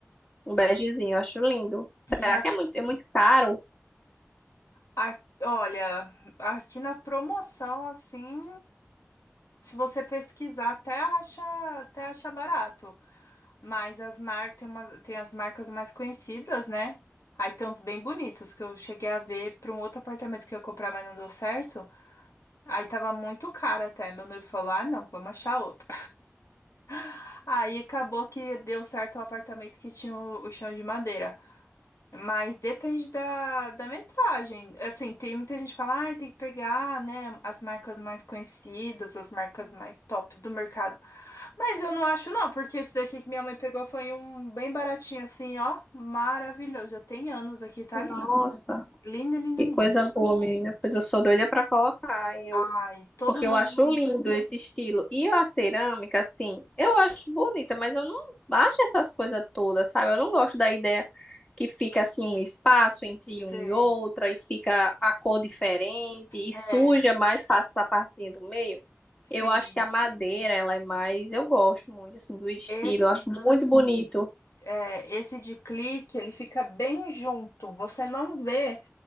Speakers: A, on the left; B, on the left.
A: Um begezinho, eu acho lindo. Será
B: E já,
A: que é muito, é muito caro?
B: a- olha, aqui na promoção, assim, se você pesquisar, até acha, até acha barato. Mas as mar... tem uma... tem as marcas mais conhecidas, né? Aí tem uns bem bonitos que eu cheguei a ver para um outro apartamento que eu ia comprar, mas não deu certo. Aí tava muito caro até. Meu noivo falou: ah, não, vamos achar outro. <laughs> Aí acabou que deu certo o apartamento que tinha o o chão de madeira. Mas depende da, da metragem. Assim, tem muita gente que fala, ah, tem que pegar, né, as marcas mais conhecidas, as marcas mais tops do mercado. Mas eu não acho não, porque esse daqui que minha mãe pegou foi um bem baratinho assim, ó, maravilhoso. Já tem anos aqui, tá
A: Nossa,
B: lindo. Lindo, lindo,
A: que
B: lindo.
A: coisa boa, menina. Pois eu sou doida pra colocar. Eu,
B: Ai, todo
A: porque
B: mundo,
A: eu acho lindo esse estilo. E a cerâmica, assim, eu acho bonita, mas eu não acho essas coisas todas, sabe? Eu não gosto da ideia que fica assim um espaço entre
B: sei.
A: um e outra e fica a cor diferente e
B: É,
A: suja mais fácil essa partezinha do meio.
B: sim.
A: Eu acho que a madeira, ela é mais, eu gosto muito assim do estilo,
B: Esse,
A: eu acho muito bonito.
B: é, esse de clique, ele fica bem junto. Você não vê